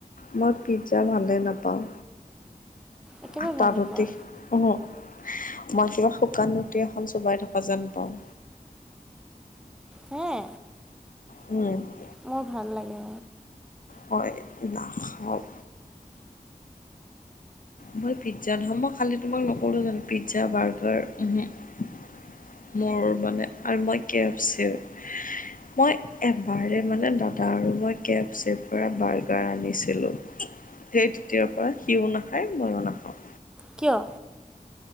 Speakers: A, on the left; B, in the centre.
A: মই পিজ্জা ভালেই নাপাওঁ।
B: একেবাৰে
A: আটা
B: ভাল
A: ৰুটি,
B: নোপোৱা
A: মই কিবা শুকান ৰুটি এখন চবাই থকা যেন পাওঁ।
B: হেঁ
A: হয়।
B: মোৰ ভাল লাগে।
A: হয়, নাখাওঁ। মই পিজ্জা নহয়। মই খালি তোমাক নকলোঁ জানো পিজ্জা, বাৰ্গাৰ উমহু মোৰ মানে আৰু মই কেফ চেভ্ মই এবাৰে মানে দাদা আৰু মই কেফ চেভাৰ বাৰ্গাৰ আনিছিলোঁ। সেই তেতিয়াৰ পৰা সিও নাখায়, মইও নাখাওঁ।
B: কিয়?